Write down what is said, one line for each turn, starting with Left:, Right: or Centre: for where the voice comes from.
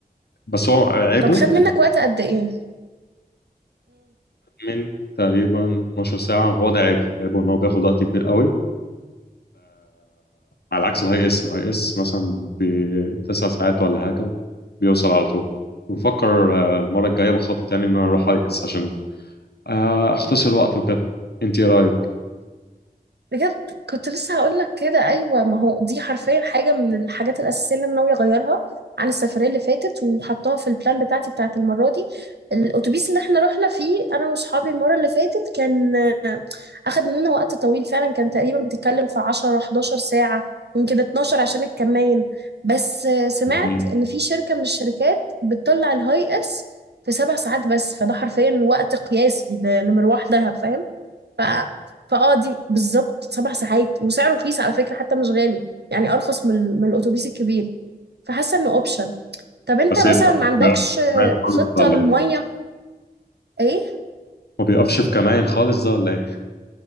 Left: بس هو عيبه
Right: طب خد
Left: هيبقى
Right: منك وقت قد ايه
Left: من تقريبا 12 ساعة هو ده عيبه عيبه إن هو بياخد وقت كبير قوي على عكس الهاي إس الهاي إس مثلا بتسع ساعات ولا حاجة بيوصل على طول بفكر آه، المرة الجاية بخطط يعني إن أنا أروح هاي إس عشان آه، أختصر وقت وكده أنت إيه رأيك؟
Right: بجد كنت لسه هقول لك كده ايوه ما هو دي حرفيا حاجه من الحاجات الاساسيه اللي انا ناويه اغيرها عن السفريه اللي فاتت وحطاها في البلان بتاعتي بتاعت المره دي الاتوبيس اللي احنا رحنا فيه انا واصحابي المره اللي فاتت كان آه، اخد مننا وقت طويل فعلا كان تقريبا بتتكلم في 10 11 ساعه يمكن 12 عشان الكمين بس آه، سمعت
Left: <laughs> مم.
Right: ان في شركه من الشركات بتطلع الهاي اس في سبع ساعات بس فده حرفيا وقت قياسي ل- لمروح دهب فاهم ف... فاه دي بالظبط سبع ساعات وسعره رخيص على فكرة حتى مش غالي يعني ارخص من ال- من الاتوبيس الكبير فحاسة انه اوبشن طب انت
Left: بس إيه
Right: مثلا
Left: ده؟ هو
Right: ما عندكش
Left: بيقف في كمائن خالص
Right: خطة
Left: ده ولا
Right: للمية
Left: إيه؟
Right: ايه
Left: هو بيقفش في كمائن خالص ده ولا إيه؟